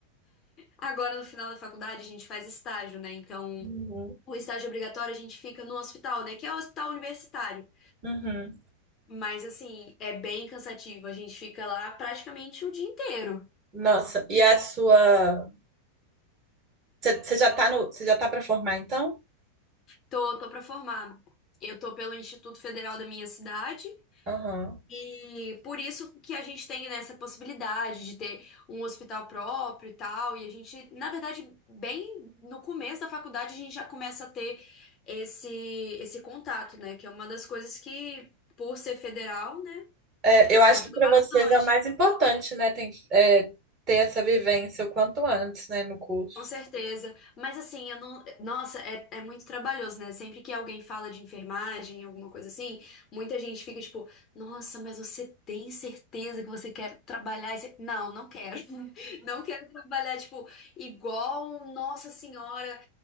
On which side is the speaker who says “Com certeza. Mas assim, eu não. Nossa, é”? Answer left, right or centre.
Left